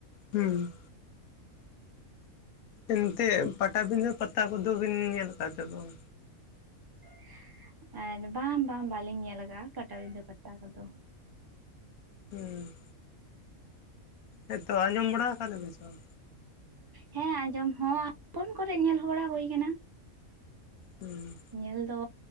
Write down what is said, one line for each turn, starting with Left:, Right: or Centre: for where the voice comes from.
Left: ᱦᱩᱸ ᱮᱱᱛᱮᱫ ᱯᱟᱴᱟᱵᱤᱸᱷᱟᱹ ᱯᱟᱛᱟ ᱠᱚᱫᱚ ᱵᱤᱱ ᱧᱮᱞ ᱟᱠᱟᱫ ᱥᱮ ᱵᱟᱝ?
Right: <unintelligible> ᱵᱟᱝ ᱵᱟᱝ ᱵᱟᱞᱤᱧ ᱧᱮᱞ ᱠᱟᱜᱼᱟ ᱯᱟᱴᱟᱵᱤᱸᱷᱟᱹ ᱯᱟᱛᱟ ᱠᱚᱫᱚ᱾
Left: ᱦᱩᱸ ᱦᱮᱸᱛᱚ ᱟᱧᱸᱡᱚᱢ ᱵᱟᱲᱟ ᱠᱟᱫ ᱜᱮ ᱥᱮ ᱵᱟᱝ?
Right: ᱦᱮᱸ ᱟᱸᱡᱚᱢ ᱦᱚᱸ ᱟ ᱯᱷᱳᱱ ᱠᱚᱨᱮ ᱧᱮᱞ ᱵᱟᱲᱟ ᱦᱳᱭ ᱠᱟᱱᱟ᱾
Left: ᱦᱩᱸ
Right: ᱧᱮᱞ ᱫᱚ